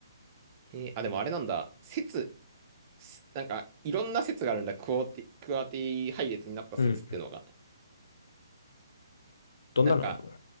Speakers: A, on the right (about 30°); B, on the left (about 65°).
A: へえ、あ、でもあれなんだ。説、すなんか、いろんな説があるんだ。クオーティ、クアーティ配列になった説ってのが。
B: うん。どんなのあんの
A: なんか、